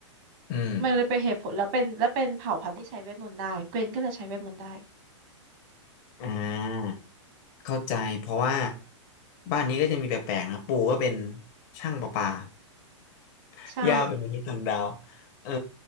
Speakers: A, on the left; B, on the right.
A: อืม
B: มันเลยเป็นเหตุผลแล้วเป็นและเป็นเผ่าพันธุ์ที่ใช้เวทมนต์ได้เกวนก็เลยใช้เวทมนต์ได้
A: อ่า เข้าใจเพราะว่าบ้านนี้ก็จะมีแปลกๆนะปู่ก็เป็นช่างประปา <laughs>
B: ใช่
A: ย่าเป็นมนุษย์ต่างดาวเออ